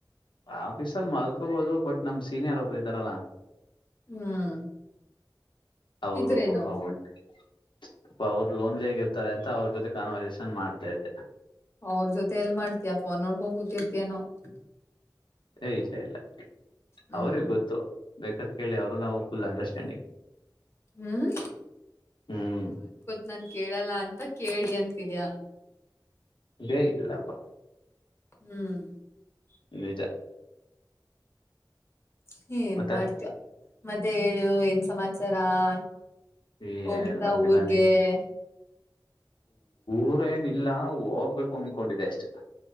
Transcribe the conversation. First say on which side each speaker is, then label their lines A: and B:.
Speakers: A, on the left; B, on the left.
A: ಆಫೀಸಲ್ಲಿ, ಮಲ್ಕೊಬೋಹುದು, ಬಟ್ ನಮ ಸೀನಿಯರ್, ಒಬ್ಬರು ಇದ್ದಾರಲ್ಲ? <inaudible>
B: ಹ್ಮ್. <inaudible>
A: ಅವರು,
B: ಇದ್ರೇನು
A: ಪಪ, ಉಂಟು? <inaudible> ಅವ್ರರು, ಲೋನ್ಲಿ, ಇರುತ್ತಾರೆ, ಅಂತ,, ಅವ್ರ ಜೊತೆ, ಕಾನ್ವರ್ಸೇಷನ್, ಮಾಡ್ತಾ, ಇದ್ದೆ? <inaudible>
B: ಅವ್ರ, ಜೊತೆ ಎಲ್ಲಿ, ಮಾಡ್ತೀಯ, ಫೋನ್ ನೋಡ್ಕೊಂಡ್, ಕುಂತುರುತಿಯೆಯೇನೋ? <inaudible>
A: ಏ, ಇಲ್ಲ, ಇಲ್ಲ,
B: ಹ್ಮ್
A: ಅವ್ರಿಗೆ ಗೊತ್ತು ಬೇಕ? <inaudible> ಕೇಳಿ, ಅವರು ನಾವು! ಫುಲ್ ಅಂಡರ್ಸ್ಟ್ಯಾಂಡಿಂಗ್,
B: ಹ್ಮ್
A: ಹ್ಮ್? <inaudible>
B: ನಾನು, ಕೇಳಲ್ಲ ಅಂತ ಕೇಳಿ ಅಂತಿದ್ಯಾ? <inaudible>
A: ಏ, ಇಲ್ಲಪ್ಪ? <inaudible>
B: ಹ್ಮ್. <inaudible>
A: ನಿಜ? <inaudible>
B: ಹ, ಏನ್
A: ಮತ್ತೆ
B: ಮಾಡ್ತೀಯ! ಮತ್ತೆ, ಹೇಳು ಏನ್ ಸಮಾಚಾರ? <inaudible>
A: ಹೇಳ್ಬೇಕಲ್ಲ
B: ಹೋಗಿದ್ದ, ಊರಿಗೆ? <inaudible>
A: ಊರೇಏನಿಲ್ಲ, ಹೋಗ್ಬೇಕು! ಅನ್ಕೊಂಡಿದೆೆ ಅಷ್ಟೆ? <inaudible>